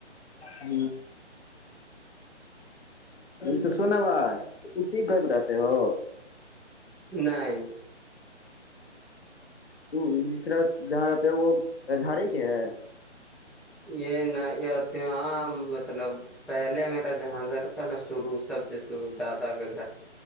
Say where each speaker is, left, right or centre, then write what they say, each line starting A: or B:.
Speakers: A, on the left; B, in the centre.
A: ہ تو سونا بھائی <unintelligible> اسی گر میں رہتے ہو
B: نہیں
A: تو جسرح جہاں رہتے ہو وہ کجھارے کے ہے
B: یہ نہتی ہاں مطلب پہلے میرا جہاں گھر تھا نا شروع سب سے شروع دادا کا گھر